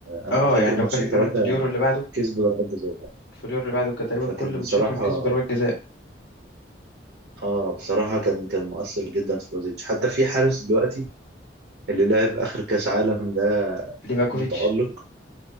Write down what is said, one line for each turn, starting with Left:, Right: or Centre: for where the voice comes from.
Right: أنا
Left: اه
Right: فاكر
Left: يعني
Right: ماتشين
Left: لو فاكر
Right: ثلاثة
Left: كمان في اليورو اللي بعده
Right: كسبوا ضربات جزاء
Left: في اليورو اللي بعده كان تقريبا
Right: فكان
Left: كل ماتشاتهم
Right: بصراحة
Left: كسبوا ضربات جزاء
Right: اه بصراحة كان كان مؤثر جدا في بلوزيتش حتى في حارس دلوقتي اللي لعب آخر كأس عالم ده
Left: ليفاكوفيتش
Right: متألق